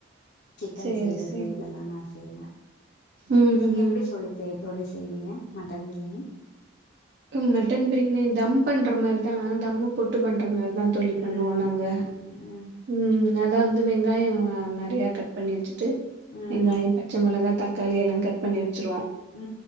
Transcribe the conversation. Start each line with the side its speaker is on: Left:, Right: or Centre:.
Left: சிக்கன்
Right: சேரி
Left: செய்றது
Right: சேரி
Left: இதெல்லா நா செய்வே
Right: ம்
Left: நீங்க
Right: ம்
Left: எப்
Right: ம்
Left: <unintelligible> தோழி செய்வீங்க மட்டன் பிரியாணி
Right: மட்டன் பிரியாணி தம் பண்ற மாரிதா தம்மு போட்டு பண்ற மாரிதா தோழி பண்ணுவோ
Left: ம்
Right: நாங்க
Left: ம் ம் ம்
Right: ம் அதா வந்து வெங்காயோ நெறையா கட் பண்ணி வச்சு ட்டு
Left: ம்
Right: வெங்காயோ பச்ச மொளகா தக்காளி எல்லா கட் பண்ணி வச்சிருவோ
Left: உ